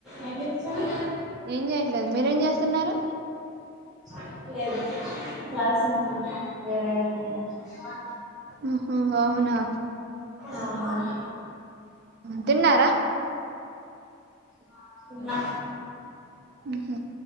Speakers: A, in the centre; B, on the right (about 50°).
A: ఏం చేస్తున్రూ
B: ఏం చేయట్లేదు మీరేం చేస్తున్నారు
A: ఎం లేదు క్లాస్ వింటున్నా వేరే కుండా
B: ఉహు అవునా
A: ఆవును
B: తిన్నారా
A: ఆ తిన్న
B: ఉహు